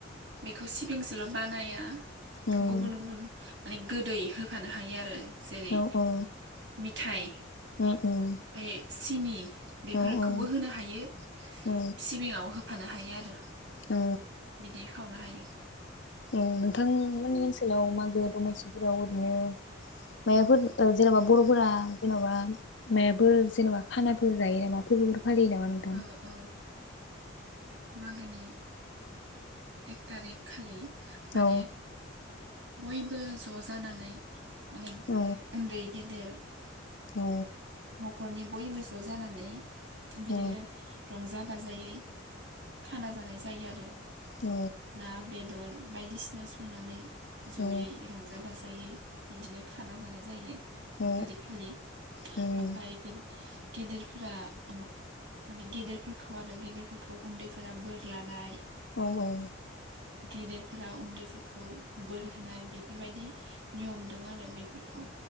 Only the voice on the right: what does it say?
बेखौ सिबिंजोल बानाया।
गुबुन गुबुन माने गोदै होफानो हायो आरो। जेरै
मिथाइ
फाय सिनि। बेफोरखौबो
होनो हायो
सिबिङाव होफानो हायो आरो।
बिदि खावनो हायो।
ओ ओ मागोनि एक तारिख खालि माने
बयबो ज' जानानै माने
उन्दै गेदेर
न'खरनि बयबो ज' जानानै बिदिनो।
रंजा बाजायै खाना जानाय जायो आरो।
ना, बेदर बायदिसिना संनानै। जयै
रंजा बाजा यै बिदिनो खाना जानाय जायो।
थारिख खालि
ओमफाय <inaudible> गेदेरफोरा आमाव माने गेदेरफोरखौ आरो गेदेरफोरखौ उन्दैफोरा बोर लानाय।
गेदेरफोरा उन्दैफोरखौ बोर होनाय बेफोरबायदि नियम दं आरो बेफोरखौ।